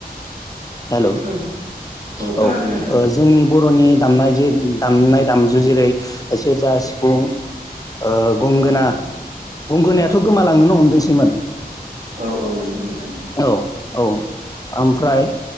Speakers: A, on the left; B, on the right.
A: हेलौ
B: औ खोनादों
A: औ ओ
B: नोंथां
A: जोंनि बर'नि दामनाय जे दामनाय दामजु जेरै सेरजा सिफुं ओ गंगोना
B: औ
A: गंगोनायाथ
B: औ
A: गोमालांनोनो हमदोंसैमोन।
B: औ औ नंगौ नोंथां
A: औ औ ओमफ्राय